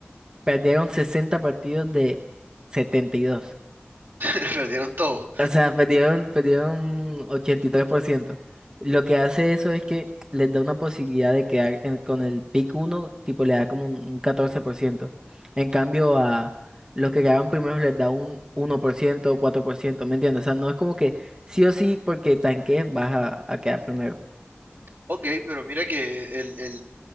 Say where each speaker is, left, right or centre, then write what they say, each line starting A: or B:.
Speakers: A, on the right; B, on the right.
A: perdieron sesenta partidos de setenta y dos.
B: <laughs> Perdieron todo.
A: O sea, perdieron, perdieron 83%. Lo que hace eso es que les da una posibilidad de quedar en- con el pick uno, tipo le da como un, un 14%. En cambio, a los que quedaron primeros les da un uno por ciento o 4%, ¿me entiendes? O sea, no es como que sí o sí porque tanques vas a, a quedar primero.
B: Ok, pero mira que el, el